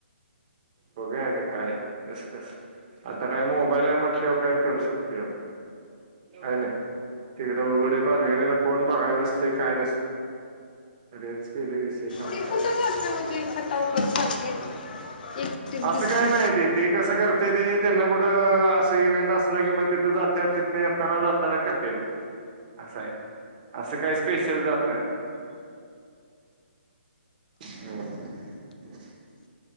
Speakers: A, on the right; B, on the left.
A: बघूया आणि काय कसं कसं. आता काय मोबाईल आहे म्हटल्यावर काय करू शकतोय आपण हाय नाय तिकडे उघडे पाघडे तेला कोण बघाय नसतयं काय नस रिल्स केले विषय संपला.
B: ती कुठं जाते म्हणजे खटाव कर सारखी एकटीच
A: असं
B: दिसती
A: काय नाही त ते कसं करत्याती त्यांना कुठं असं इव्हेंट असलं की मग तिथं जात्यात. तिथनं येताना जाताना करत्याती. असं आहे असं काही स्पेशल जात नाही तिकडं. हम.